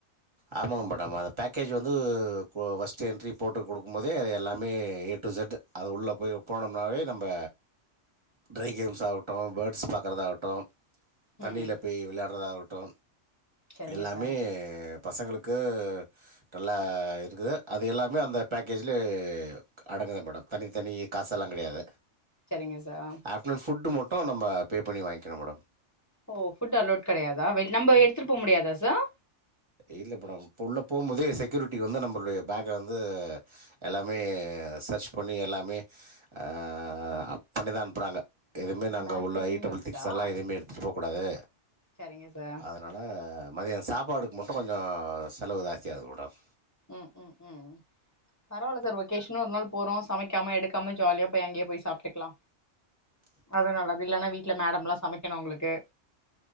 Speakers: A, on the right (about 25°); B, on the left (about 15°).
A: ஆமோ மேடம் அ பேக்கேஜ் வந்து பஸ்ட் என்டரி போட்டு கொடுக்கும் போதே எல்லாமே ஏட்டு செட்டு அது உள்ள போய் போனோம்னாவே நம்ப ட்ரை கேம்ஸ் ஆவுட்டு பேர்ட்ஸ் பாக்குறதா ஆகட்டு தண்ணில
B: ம்
A: போய் விளையாட்றதா ஆவுட்டு
B: சரிங்க
A: எல்லாமே
B: சார்
A: பசங்களுக்கு நல்லா இருக்குது அது எல்லாமே அந்த பேக்கேஜிலே அடப் இருக்குது மேடம் தனித்தனி காசெல்லா கெடையாது
B: சரிங்க சார்
A: ஆஃப்டர்நூன் ஃபுட்டு மட்டு நம்ப பே பண்ணி வாங்கனும் மேடம்
B: ஓ ஃபுட் அலோட் கெடையாதா வெள் நம்ம எடுத்துட்டு போ முடியாதா சார்
A: இல்ல இப்ப நம் உள்ள போம் போதே செக்யூரிட்டி வந்து நம்மளுடைய பேக வந்து எல்லாமே சர்ச் பண்ணி எல்லாமே அ ஆ அப் பண்ணிதா அனுப்புறாங்க எதுமே நாங்க
B: பேக்
A: உள்ள
B: செக்கிங்கு
A: ஈட்டபிள்
B: இருக்குதா
A: திங்ஸ் எல்லா எதுமே எடுத்துட்டு போக்கூடாது
B: சரிங்க சார்
A: அதனால மதிய சாப்பாடுக்கு மட்டு கொஞ்ச செலவு தாஸ்யாவுது மேடம்
B: ம் ம் ம் பரவால சார் ஒகேஷன்னு ஒரு நாள் போறோ சமைக்காம எடுக்காம ஜாலியா போய் அங்கயே போய் சாப்ட்டுக்லா
A: டுக்
B: அது நல்லது இல்லன்னா வீட்ல மேடம்ளா சமைக்கணு உங்ளுக்கு